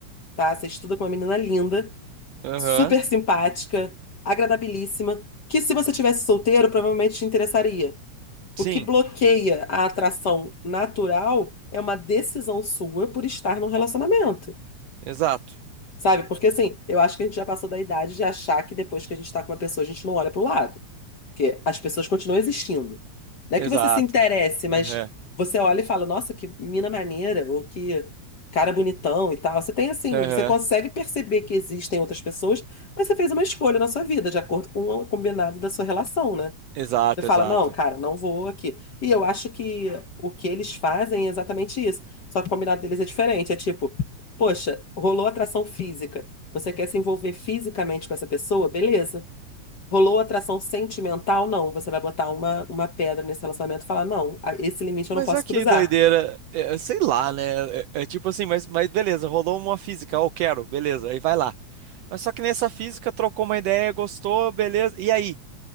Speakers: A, on the left (about 50°); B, on the right (about 80°).
A: tá? Você estuda com uma menina linda,
B: aham,
A: super simpática, agradabilíssima, que se você tivesse solteiro, provavelmente te interessaria. O
B: sim,
A: que bloqueia a atração natural é uma decisão sua por estar num relacionamento.
B: exato,
A: Sabe? Porque assim, eu acho que a gente já passou da idade de achar que depois que a gente tá com uma pessoa, a gente não olha pro lado. Porque as pessoas continuam existindo. Não é
B: exato,
A: que você se interesse,
B: aham,
A: mas você olha e fala, nossa, que mina maneira, ou que cara bonitão e tal. Você tem assim,
B: aham,
A: você consegue perceber que existem outras pessoas, mas você fez uma escolha na sua vida, de acordo com o combinado da sua relação, né?
B: exato,
A: Você fala,
B: exato.
A: não, cara, não vou aqui. E eu acho que o que eles fazem é exatamente isso. Só que o combinado deles é diferente. É tipo, poxa, rolou atração física. Você quer se envolver fisicamente com essa pessoa? Beleza. Rolou atração sentimental? Não. Você vai botar uma, uma pedra nesse relacionamento e falar: não, a- esse limite eu
B: Mas
A: não posso
B: olha que
A: cruzar.
B: doideira, é, é, sei lá, né? É, é é tipo assim, mas, mas beleza, rolou uma física, ó, eu quero, beleza, aí vai lá. Mas só que nessa física trocou uma ideia, gostou, beleza, e aí?